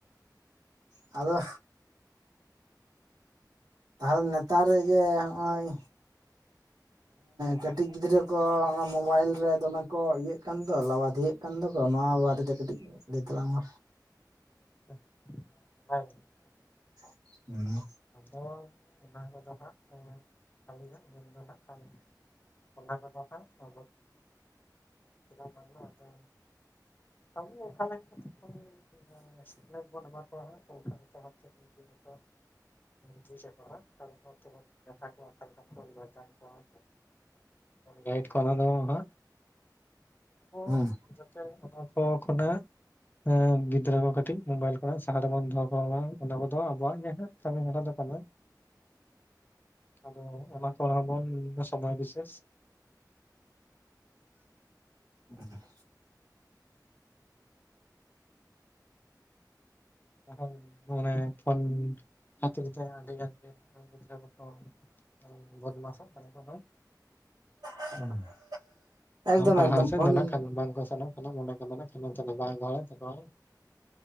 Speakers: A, on the right; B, on the left.
A: ᱟᱫᱚ ᱛᱟᱦᱚᱞᱮ ᱱᱮᱛᱟᱨ ᱨᱮ ᱡᱮ ᱦᱚᱜ-ᱚᱭ ᱠᱟᱹᱴᱤᱡ ᱜᱤᱫᱽᱨᱟᱹ ᱠᱚ ᱚᱱᱟ ᱢᱳᱵᱟᱭᱤᱞ ᱨᱮ ᱫᱚᱢᱮ ᱠᱚ ᱤᱭᱟᱹᱜ ᱠᱟᱱ ᱫᱚ ᱞᱟᱵᱟᱫᱤᱭᱮᱜ ᱠᱟᱱ ᱫᱚᱠᱚ ᱱᱚᱣᱟ ᱵᱟᱨᱮᱛᱮ ᱠᱟᱹᱴᱤᱡ ᱞᱮᱭ ᱛᱞᱟᱝ ᱢᱮ
B: <unintelligible>
A: <unintelligible>
B: <unintelligible> ᱚᱱᱟ ᱠᱚᱫᱚ ᱦᱟᱸᱜ ᱟᱞᱤᱧᱟᱜ ᱢᱮᱱ ᱫᱚ ᱱᱟᱜ ᱠᱷᱟᱱ ᱚᱱᱟ ᱠᱚᱫᱚ <unintelligible> ᱼᱪᱮᱫᱟᱜ ᱵᱟᱝ ᱢᱟ ᱟᱫᱚ ᱟᱵᱚ <unintelligible> ᱵᱚᱱ ᱥᱤᱠᱱᱟᱹᱛ ᱵᱚᱱ ᱮᱢᱟ ᱠᱚᱣᱟ ᱦᱟᱸᱜ ᱚᱱᱠᱟ ᱜᱮᱛᱚ ᱪᱟᱠᱨᱤ ᱠᱟ ᱡᱷᱚᱛᱚ ᱵᱩᱡᱟᱠᱚ ᱦᱟᱸᱜ ᱛᱟᱨᱯᱚᱨ ᱛᱚᱠᱚ ᱢᱮᱛᱟ ᱠᱚᱣᱟ ᱠᱷᱟᱡ ᱠᱟᱛᱷᱟ ᱞᱮᱠᱟᱛᱮᱵᱚᱱ ᱜᱟᱭᱤᱴ ᱠᱚᱣᱟ ᱚᱱᱟ ᱫᱚ ᱦᱟᱸᱜ ᱠᱚ
A: ᱦᱮᱸ
B: ᱥᱮ ᱚᱱᱟᱠᱚ ᱠᱷᱱᱟᱜ ᱦᱮᱸ ᱜᱤᱫᱽᱟᱹ ᱠᱚ ᱠᱟᱹᱴᱤᱡ ᱢᱳᱵᱟᱭᱤᱞ ᱠᱷᱚᱱᱟᱜ ᱥᱟᱦᱟᱨ ᱨᱮᱵᱚᱱ ᱫᱚᱦᱚ ᱠᱚᱣᱟ ᱚᱱᱟ ᱠᱚᱫᱚ ᱟᱵᱚᱣᱟᱜ ᱡᱟᱦᱟᱸ ᱠᱟᱹᱢᱤ ᱦᱚᱨᱟ ᱫᱚᱠ ᱠᱟᱱᱟ ᱟᱵᱚ ᱟᱫᱚ ᱠᱚ ᱦᱚᱸᱵᱚᱱ ᱥᱚᱢᱚᱭ ᱵᱤᱥᱮᱥ
A: <unintelligible>
B: ᱮᱠᱷᱟᱱ ᱚᱱᱮ ᱯᱷᱳᱱ ᱠᱷᱟᱹᱛᱤᱨ ᱛᱮ ᱟᱹᱰᱤ ᱜᱟᱱ ᱜᱮ ᱜᱤᱫᱽᱨᱟᱹ ᱠᱚᱠᱚ ᱦᱚᱸ ᱵᱚᱫᱢᱟᱥᱚᱜ ᱠᱟᱱᱟ ᱠᱚ ᱦᱮᱸ
A: <unintelligible> ᱮᱠᱫᱚᱢ
B: ᱯᱟᱲᱦᱟᱣ
A: ᱮᱠᱫᱚᱢ
B: ᱥᱮᱫ
A: ᱯᱷᱳᱱ
B: ᱫᱚ ᱱᱟᱜ-ᱠᱷᱟᱱ ᱵᱟᱝ ᱠᱚᱥᱮᱱᱚᱜ ᱠᱟᱱᱟ ᱢᱚᱱᱮ ᱠᱚ <unintelligible> ᱵᱟᱭ ᱜᱚᱦᱚᱲᱮᱫ ᱛᱟᱠᱚᱣᱟ